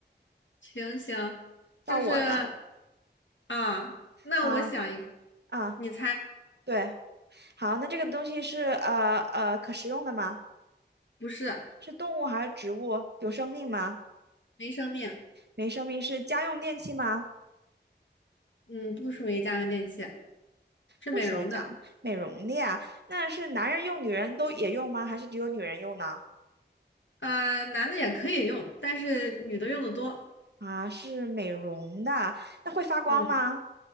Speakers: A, on the left (about 85°); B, on the right (about 65°).
A: <laughs> 行行，
B: 到我了吧？
A: 就是啊，那我想一，
B: 啊啊，
A: 你猜
B: 对，好，那这个东西是呃呃可食用的吗？
A: 不是
B: 是动物还是植物？有生命吗？
A: 没生命，
B: 没生命，是家用电器吗？
A: 嗯，不属于家用电器，是美容的，
B: 不属于讲美容的呀。那是男人用，女人都也用吗？还是只有女人用呢？
A: 呃，男的也可以用，但是女的用的多，
B: 啊，是美容的，那会发光吗？
A: 嗯，